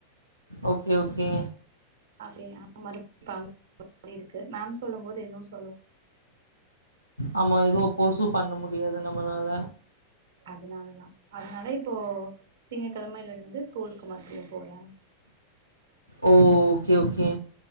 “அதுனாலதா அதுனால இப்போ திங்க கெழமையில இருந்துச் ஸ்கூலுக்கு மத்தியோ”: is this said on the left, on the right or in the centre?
Right